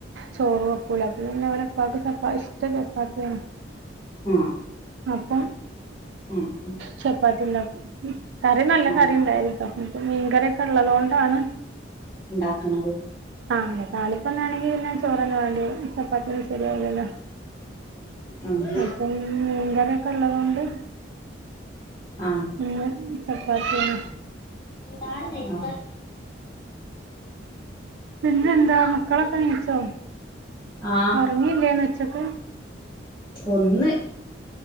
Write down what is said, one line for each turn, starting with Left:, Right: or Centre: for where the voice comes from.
Right: ചോറ് വെക്കൂല അപ പിന്നെ ഓലപ്പാക്ക് ചപ്പ ഇഷ്ട്ടം ചപ്പാത്തി ആണ്
Left: ആഹ്
Right: അപ്പം
Left: ഉ ഉ <inaudible>
Right: ചപ്പാത്തി ഉണ്ടാകും കറി നല്ല
Left: ആഹ്
Right: കറി ഉണ്ടായാല് ട്ടോ ഇപ്പ മീൻകറിയൊക്കെ ഉള്ളത് കൊണ്ടാണ്
Left: ഉണ്ടാക്കണത്
Right: ആ അല്ലെ തളിപ്പൊന്നാണെങ്കി പിന്നെ ചോറന്നെ വാണ്ടി വരും ചപ്പാത്തി ഒന്നും ശരിയാവൂല്ലല്ലോ
Left: ആഹ്
Right: അപ്പം മീൻകറിക്കെ ഉള്ളതുകൊണ്ട്
Left: ആഹ്
Right: ഇന്ന് ചപ്പാത്തി ആണ്
Left: ന്താ <unintelligible>
Right: പിന്നെന്താ മക്കളൊക്കെ നീച്ചോ
Left: ആഹ്
Right: ഉറങ്ങിയില്ലേ ഉച്ചയ്ക്ക്
Left: ഒന്ന്